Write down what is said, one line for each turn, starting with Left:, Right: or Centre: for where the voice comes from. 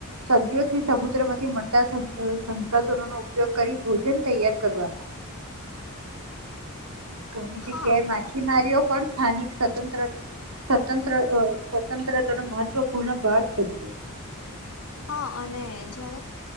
Right: સદી્યોથી સમુદ્રમાંથી મળતા સંસાધનો નો ઉપયોગ કરી ભોજન તૈયાર કરવામાં ઘણી
Left: હા
Right: જગ્યાએ માછીમાર્યો પણ સ્થાનિક સ્વત્ર સ્વતંત્ર સ્વતંત્રતા ન મહત્વપૂર્ણ ભાગ ભજવે છે.
Left: હા અને જયારે